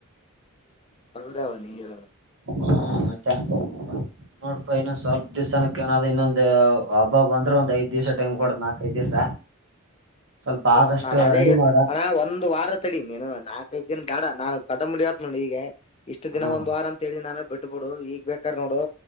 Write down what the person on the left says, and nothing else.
ಾವಿ ಇ
ಇರ
ನಾನ್ ಅಜೇ
ಅಣ ಒಂದ್ ವಾರ ತಳ ನೀನು ನಾಕೈದ್ ದಿನ ಗಾಡ ನಾನು ಕಡ ಮುಡಿಯತ್ ನೋಡಿ ಈಗ ಇಷ್ಟು ದಿನ
ಒಂದ್ ವಾರ ಅಂತೇಳಿ ನಾನೇ ಬಿಟ್ಟು ಬಿಟ್ಬಿಡು ಈಗ್ ಬೇಕಾರ್ ನೋಡು